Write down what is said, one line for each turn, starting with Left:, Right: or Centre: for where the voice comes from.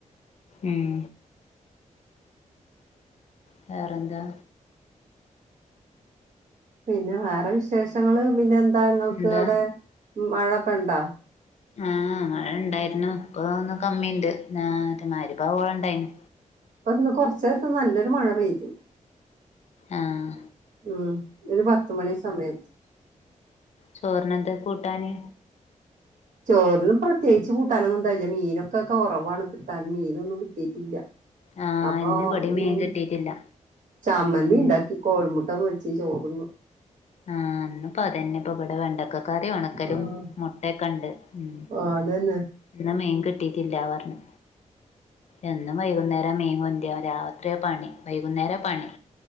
Left: ഉം വേറെന്താ?
Right: പിന്നെ വേറെ വിശേഷങ്ങള് പിന്നെ എന്താ ങ്ങൾക്ക്
Left: എന്താ
Right: അവിടെ മഴൊക്കെണ്ടാ
Left: ആഹ് മഴണ്ടായിരുന്നു ഇപ്പൊ ഒന്ന് കമ്മിണ്ട് നാ മരിബാവോളംണ്ടായിന്
Right: ഇപ്പൊന്ന് കൊർച്ച്നേര്ത്ത് നല്ലൊരു മഴ പെയ്ത്
Left: ആഹ്
Right: ഉം ഒരു പത്ത്മണി സമയത്ത്
Left: ചോറിനെന്തേ കൂട്ടാന്
Right: ചോർന് പ്രത്യേകിച്ച് കൂട്ടാനൊന്നുണ്ടായില്ല മീനൊക്കെ കൊറവാണ് കിട്ടാൻ മീനൊന്നും കിട്ടിയിട്ടില്ല
Left: ആഹ്
Right: അപ്പൊ
Left: ഇന്ന് ഇബടിം മീൻ
Right: ഉം
Left: കിട്ടിയിട്ടില്ല
Right: ചമ്മന്തിണ്ടാക്കി
Left: ഉം
Right: കോഴിമുട്ട പൊരി ച്ച് ചോറ്ന്നു
Left: ആഹ് ഇന്ന്പ്പൊ അതന്നെ ഇപ്പൊ ഇവിടെ വേണ്ടക്കക കറി ഒണക്കലും
Right: ആഹ്
Left: മുട്ടൊക്കെണ്ട് ഉം
Right: ആഹ് അതന്നെ
Left: ഇന്ന് മീൻ കിട്ടിറ്റില്ലാ പർഞ്ഞ് എന്നും വൈകുന്നേരാ മീൻ കൊണ്ടരാ രാത്രിയാ പണി വൈകുന്നേരാ പണി